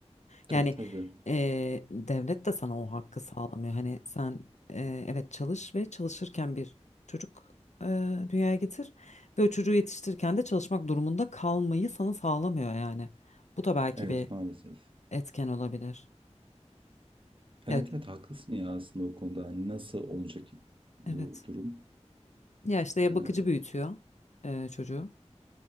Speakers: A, on the right; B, on the left.
A: Tabii
B: Yani
A: tabii.
B: e, devlet de sana o hakkı sağlamıyor. Hani sen e, evet çalış ve çalışırken bir çocuk e, dünyaya getir ve o çocuğu yetiştirirken de çalışmak durumunda kalmayı sana sağlamıyor yani. Bu da belki
A: Evet
B: bir
A: maalesef.
B: etken olabilir.
A: Evet
B: Ya,
A: evet haklısın ya aslında o konuda. Hani Nasıl olacak bu
B: evet.
A: durum?
B: Ya işte ya
A: Ee,
B: bakıcı büyütüyor e, çocuğu.